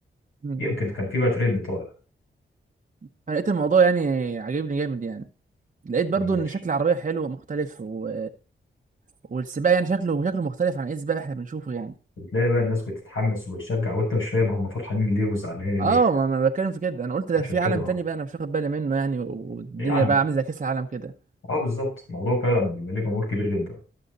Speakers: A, on the right (about 40°); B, on the left (about 80°).
A: مم.
B: يمكن كان في بقى ترند طالع
A: انا لقيت الموضوع يعني عاجبني جامد يعني لقيت برضو
B: ماشي
A: ان شكل العربيه حلو ومختلف و... والسباق يعني شكله شكله مختلف عن اي سباق احنا بنشوفه يعني
B: بتلاقي بقى الناس بتتحمس وبتشجع وانت مش فاهم هم فرحانين ليه وزعلانين
A: اه
B: ليه
A: ما ما انا بتكلم في كده انا قلت ده
B: عشان
A: في
B: كده
A: عالم
B: اه
A: تاني بقى انا مش واخد بالي منه يعني و- والدنيا
B: يعني
A: بقى عامله زي كاس العالم كده
B: اه بالظبط الموضوع فعلا بيبقى ليه جمهور كبير جدا